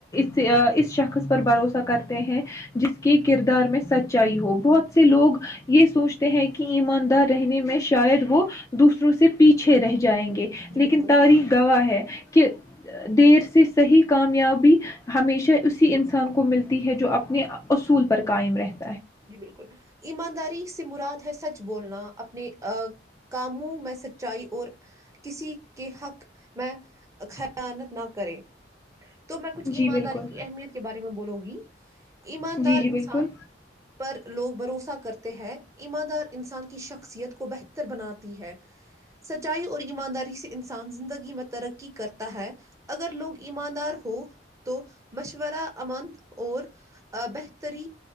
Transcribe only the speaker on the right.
جی
بالکل
جی بالکل ایمانداری سمرات سچ بولنا اپنے کاموں میں سچائی اور کسی کے حق میں خانت نہ کرے تو میں کچھ
ایمانداری
کی اہمیت کے بارے میں بولوں گی <inaudible> ایماندار
انسان
پر لوگ بھروسہ کرتے ہیں ایماندار انسان کی شخصیت کو بہتر بناتی ہے سچائی اور ایمانداری سے انسان زندگی میں ترقی کرتا ہے اگر لوگ ایماندار ہو تو مشورہ امن اور بہتری